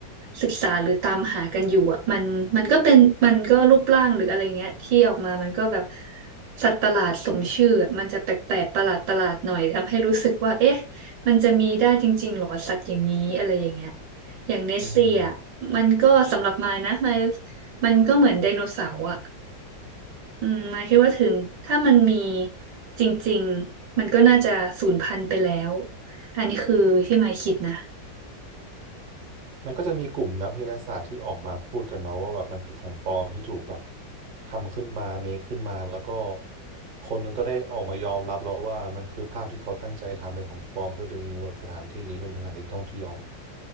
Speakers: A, on the right; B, on the right.
A: ศึกษาหรือตามหากันอยู่อ่ะมันมันก็เป็นมันก็รูปร่างหรืออะไรเงี้ยที่ออกมามันก็แบบสัตว์ประหลาดสมชื่ออะมันจะแปลกๆประหลาดประหลาดหน่อยทำให้รู้สึกว่าเอ๊ะมันจะมีได้จริงๆหรอสัตว์อย่างนี้อะไรอย่างเงี้ยอย่างเนสเซีย
B: อืม
A: มันก็สำหรับมายนะมายมันก็เหมือนไดโนเสาร์อ่ะ อืมมายคิดว่าถึงถ้ามันมีจริงๆมันก็น่าจะสูญพันธุ์ไปแล้วอันนี้คือที่มายคิดนะ
B: มันก็จะมีกลุ่มนักวิทยาศาสตร์ที่ออกมาพูดกันเนาะว่าแบบมันคือของปลอมที่ถูกแบบทำขึ้นมาเมคขึ้นมาแล้วก็คนนั้นก็ได้ออกมายอมรับแล้วว่ามันคือภาพที่เขาตั้งใจทำเป็นของปลอมเพื่อดึงแบบสถานที่นี้เป็นสถานที่ท่องเที่ยว